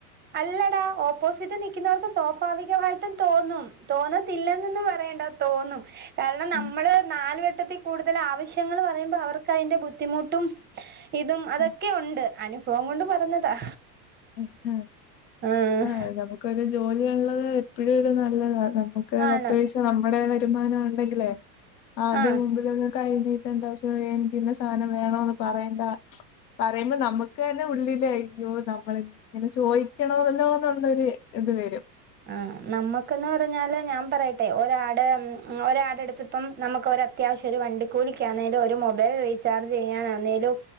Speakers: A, on the right; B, on the left.
A: അല്ലടാ ഓപ്പോസിറ്റ് നൽിക്കുന്നവർക്ക് സ്വാഭാവികമായിട്ടും തോന്നും തോന്നത്തില്ലെന്നൊന്നന്ന് പറയണ്ട തോന്നും കാരണം നമ്മള്
B: ഉം
A: നാല് വെട്ടത്തിൽ കൂടുതൽ ആവശ്യങ്ങൾ പറയുമ്പോൾ അവർക്ക് അതിൻ്റെ ബുദ്ധിമുട്ടും ഇതും അതൊക്കെ
B: ഉം.
A: ഉണ്ട് അനുഭവം കൊണ്ട് പറഞ്ഞതാ
B: ആ
A: ഉം
B: ആ ആ നമുക്കൊരു ജോലിയുള്ളത് എപ്പോഴും ഒരു നല്ലതാ നമുക്ക്
A: ആണ്
B: പത്ത് പൈസാ നമ്മുടെ തീരുമാനം ഉണ്ടെങ്കിലേ ആരുടെ
A: ആഹ്
B: മുമ്പിലൊന്നും കൈ വീട്ടിലെന്താവശ്യം എനിക്കിന്ന സാനം വേണോന്ന് പറയേണ്ട പറയുമ്പോ നമുക്ക് തന്നെ ഉള്ളില അയ്യോ മ്മള ഇങ്ങനെ ചോയ്ക്കണോല്ലോന്നുള്ളരു ഇത് വരും
A: ആ നമ്മുക്കന്ന് പറഞ്ഞാല് ഞാൻ പറയട്ടെ ഒരാട് ഒരാടെ അടുത്തപ്പം നമുക്ക് ഒരത്യാവശ്യം ഒരു വണ്ടിക്കൂലിക്കാന്നേലും ഒരു മൊബൈൽ റീചാർജ് ചെയ്യാനാന്നേലും